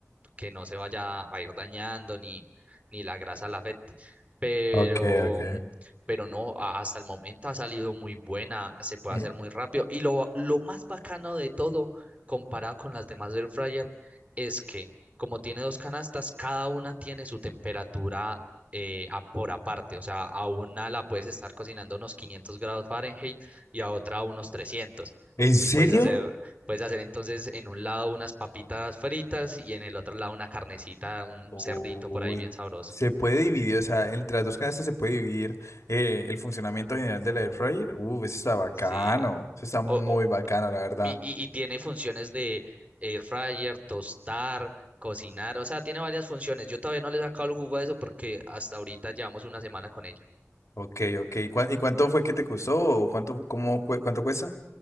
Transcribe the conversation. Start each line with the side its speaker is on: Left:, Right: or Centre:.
Right: que no se vaya a ir dañando ni, ni la grasa la afecte. Pero,
Left: Ok, ok.
Right: pero no, a- hasta el momento ha salido muy buena, se puede
Left: Eh,
Right: hacer muy rápido. Y lo, lo más bacano de todo, comparado con las demás air fryer, es que como tiene dos canastas, cada una tiene su temperatura eh, a- por aparte. O sea, a una la puedes estar cocinando a unos 500 grados Fahrenheit y a otra a unos 300.
Left: ¿En serio?
Right: Y puedes hacer Puedes hacer entonces en un lado unas papitas fritas y en el otro lado una carnecita, un
Left: Uy.
Right: cerdito por ahí bien sabroso.
Left: Se puede dividir, o sea, entre las dos canastas se puede dividir eh, el funcionamiento general de la air fryer. Uf, eso está bacano.
Right: Sí.
Left: Eso está muy
Right: O, o-
Left: bacano, la verdad.
Right: y, y- y tiene funciones de air fryer, tostar, cocinar. O sea, tiene varias funciones. Yo todavía no le he sacado el jugo a eso porque hasta ahorita llevamos una semana con ella.
Left: Ok, ok. ¿Cuá- ¿Y cuánto fue que te costó? ¿O cuánto, cómo, cue- cuánto cuesta?